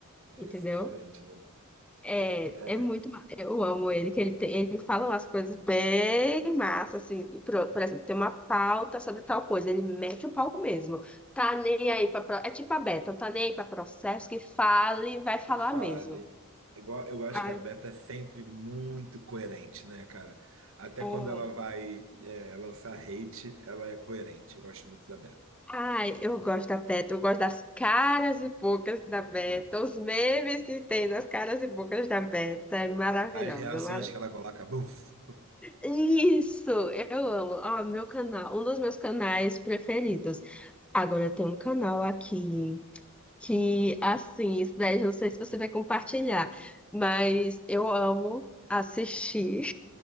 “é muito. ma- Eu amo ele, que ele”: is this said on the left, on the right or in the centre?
Centre